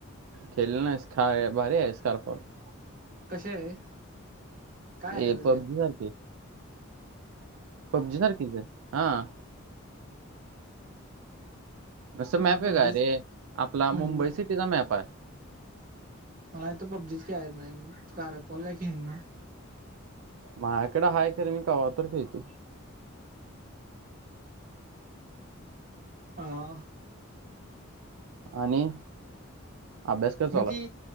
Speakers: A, on the right; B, on the right.
A: खेल ना भारी आहे स्कारफॉल <unintelligible>
B: कशी आहे? काय आहे
A: ए
B: खरं त्याच्यात?
A: पबजी सारखी पबजी सारखीच हे, हं असं
B: मला
A: मॅप आहे
B: पबजीच
A: काय रे आपला
B: म्हण
A: मुंबई सिटीचा मॅप आहे.
B: मला इथ पबजीच खेळायची नाही कार पॉल काय खेळन म
A: माझ्याकडे आहे तर मी कवा तर खेळतो.
B: हं
A: आणि अभ्यास कर
B: म
A: चालू
B: ती
A: आहे.